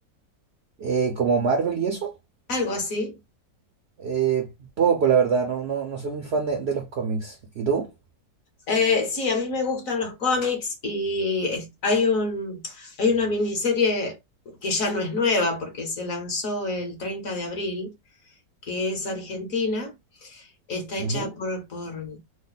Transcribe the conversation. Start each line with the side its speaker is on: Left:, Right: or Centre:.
Right: Eh, como Marvel y eso,
Left: ¿Algo así?
Right: eh, poco la verdad, no, no, no soy muy fan de, de los cómics. ¿Y tú?
Left: Eh, sí, a mí me gustan los cómics y es- hay un, hay una miniserie que ya no es nueva porque se lanzó el 30 de abril, que es Argentina, está hecha
Right: Ujú.
Left: por, por,